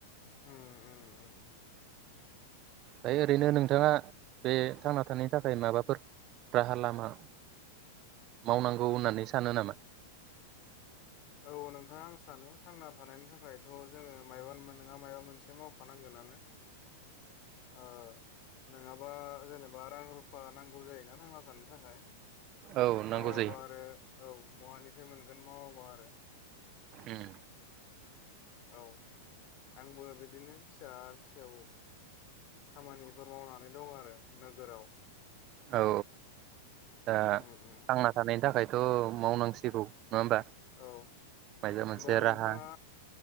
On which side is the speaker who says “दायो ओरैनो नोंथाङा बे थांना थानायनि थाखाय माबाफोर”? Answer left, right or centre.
Right